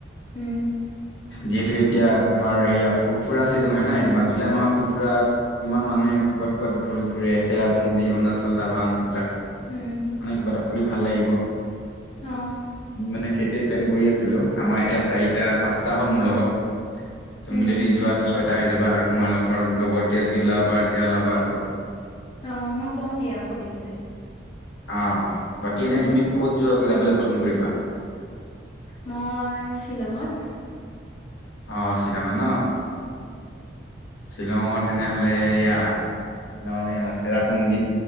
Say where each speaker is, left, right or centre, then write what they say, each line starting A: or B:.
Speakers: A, on the left; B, on the left.
A: উম।
B: যিহেতু এতিয়া তোমাৰ হেৰি ফুৰা ছিজন হয় নাই। তোমাৰ জুলাই মাহতটো পুৰা কিমান মানুহে ক'বাত ক'বাত ঘূৰি ফুৰে, চেৰাপুঞ্জী অৰুণাচল টাৱাং সেইবিলাক। মানে
A: উম
B: কিবা এটা ফুৰি ভাল লাগিব।
A: অ'।
B: মানে সেইটোৱে প্লেন কৰি আছিলোঁ। আমাৰ এতিয়া চাৰিটা-পাঁচটা হ'ল মোৰ লগত। তুমি
A: উম
B: যদি যোৱাত ছয় টা হৈ যাব। আৰু তোমাৰ লগৰ লগত এতিয়া যদি ওলাব পাৰা তেতিয়া ওলাবা আৰু।
A: অ', মই কম দিয়া সুধি পেলাই।
B: অহ। বাকী এনে
A: অ
B: তুমি ক'ত যোৱা যাবলৈ পচন্দ কৰিবা?
A: মই ছিলংত।
B: অ ', ছিলংত ন? শ্বিলংত তেনেহলে এয়া, শ্বিলং এয়া চেৰাপুঞ্জীত